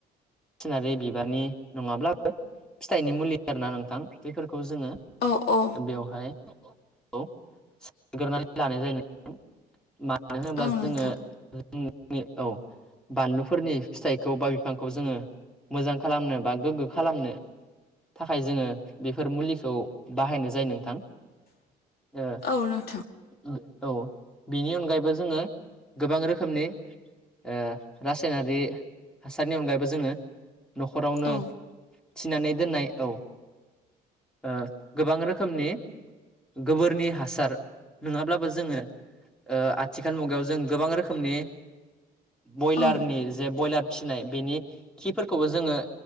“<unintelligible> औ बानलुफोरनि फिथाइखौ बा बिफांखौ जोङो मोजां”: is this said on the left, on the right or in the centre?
Centre